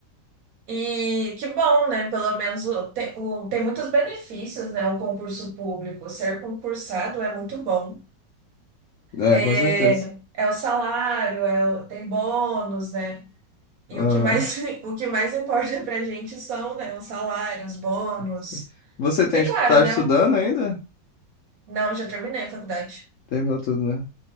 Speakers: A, on the right; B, on the left.
A: E que bom, né? Pelo menos o- tem, o- tem muitos benefícios, né? O concurso público. Ser concursado é muito bom.
B: É,
A: É,
B: com certeza.
A: é o salário, é o- tem bônus, né? E
B: Aham.
A: o que mais, <laughs> o que mais importa pra gente são, né, os salários, bônus.
B: Sim. Você tem,
A: E claro,
B: tá estudando
A: né?
B: ainda?
A: Não, já terminei a faculdade.
B: Terminou tudo, né?